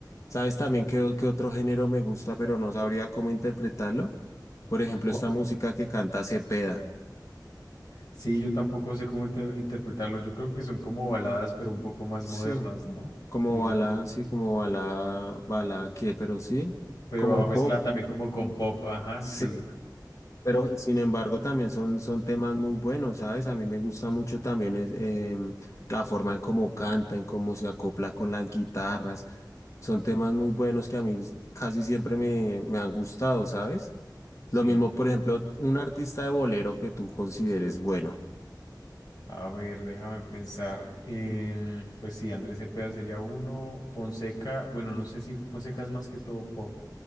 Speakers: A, on the left; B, on the left.
A: ¿Sabes también
B: Ujú.
A: qué, qué otro género me gusta, pero no sabría cómo interpretarlo? Por ejemplo,
B: Cuan-
A: esta música que canta Cepeda.
B: Sí, yo tampoco sé cómo inter- interpretarlo. Yo creo que son como baladas, pero un poco más
A: Sí,
B: modernas, ¿no?
A: como
B: Diría
A: bala,
B: yo.
A: sí, como bala, bala, ¿qué? Pero sí,
B: Pero
A: como
B: va mezclada
A: pop.
B: también como con pop, ajá,
A: Sí.
B: sí.
A: Pero sin
B: Sí,
A: embargo
B: sí.
A: también son, son temas muy buenos, ¿sabes? A mí me gusta mucho también es, em, la forma en cómo canta, en cómo se acopla con las guitarras. Son temas muy buenos que a mí casi siempre me, me han gustado, ¿sabes?
B: Sí.
A: Lo mismo, por ejemplo, un artista de bolero que tú consideres bueno.
B: A ver, déjame pensar. Em, pues sí, Andrés Cepeda sería uno. Fonseca, bueno, no sé si Fonseca es más que todo pop,